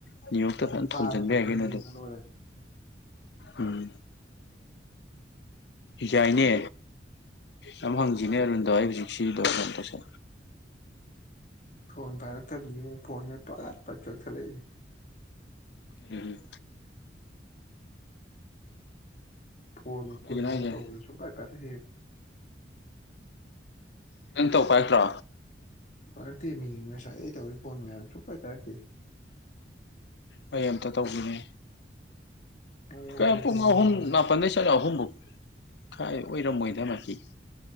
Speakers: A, on the left (about 70°); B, on the left (about 45°).
A: ꯅꯅꯤꯌꯨ ꯌꯣꯛꯇ
B: ꯑꯗꯨꯝ
A: ꯐꯖꯅ
B: ꯊꯥꯔ
A: ꯊꯣꯝꯖꯤꯟꯕ
B: ꯊꯝꯃ
A: ꯌꯥꯒꯦꯅꯦ
B: ꯌꯦꯡꯉ
A: ꯑꯗꯨ
B: ꯂꯣꯏꯔꯦ
A: ꯎꯝ ꯌꯥꯥꯏꯅꯦ ꯌꯥꯝ ꯍꯪꯁꯤꯅꯤ ꯑꯔꯗꯋꯥꯏ ꯍꯧꯖꯤꯛꯁꯤꯇꯁ
B: ꯐꯣꯟ ꯄꯥꯏꯔꯛꯇꯕꯅꯤ ꯐꯣꯟꯄꯄ ꯆꯊꯠꯂꯛꯏꯅꯤ
A: ꯎꯝ
B: ꯐꯅ ꯀꯨꯜꯅ
A: ꯀꯩꯒꯤꯅꯣ ꯍꯥꯏꯁꯦ
B: ꯇꯧꯁꯨ ꯄꯥꯏ ꯇꯔꯦ
A: ꯅꯪ ꯇꯧꯕ ꯍꯥꯏꯠꯇ꯭ꯔꯣ
B: ꯄꯔꯇ ꯃꯤ ꯉꯁꯥꯏ ꯇ ꯍꯧꯔꯤ ꯐꯣꯟꯒ ꯁꯄꯥꯏ ꯄꯥꯔꯇ
A: ꯀ ꯑꯃꯝꯇ ꯇꯧꯈꯤꯅꯤ
B: ꯃꯑꯣꯡ ꯃꯇꯧ
A: ꯀꯍ
B: ꯇꯧꯃꯤꯟꯅꯤ ꯂꯣꯏꯔꯦ
A: ꯉꯄꯟ ꯆ ꯑꯍꯨꯝꯕ ꯀꯥꯏ ꯑꯣꯏꯔꯃꯣꯏꯗꯅꯀꯤ